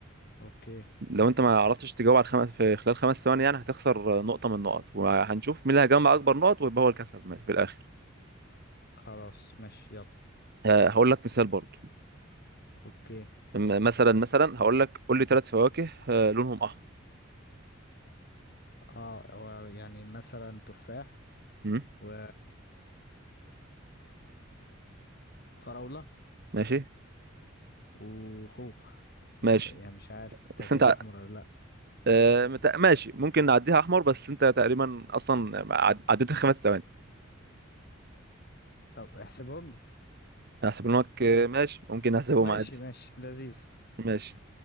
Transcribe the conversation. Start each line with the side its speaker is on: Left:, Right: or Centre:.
Left: اوكي
Right: لو انت ما عرفتش تجاوب على الخم... في خلال خمس ثواني يعني هتخسر آه، نقطة من النقط وهنشوف مين اللي هيجمع اكبر نقط ويبقى هو الكسب ماشي في الاخر
Left: خلاص ماشي يلا
Right: آه، هقول لك مثال برضه
Left: اوكي
Right: م- مثلا مثلا هقول لك قول لي ثلاث فواكه آه، لونهم احمر
Left: اه هو يعني مثلا تفاح
Right: م?
Left: و فراولة
Right: ماشي
Left: وخوخ بس
Right: ماشي
Left: يعني مش عارف تعتبره
Right: بس انت
Left: احمر ولا لا
Right: آه، مت- ماشي ممكن نعديها احمر بس انت تقريبا اصلا عد- عديت الخمس ثواني
Left: طب احسبهم لي
Right: هحسبهم لك آه، ماشي ممكن احسبهم
Left: ماشي
Right: عادي
Left: ماشي لذيذ
Right: ماشي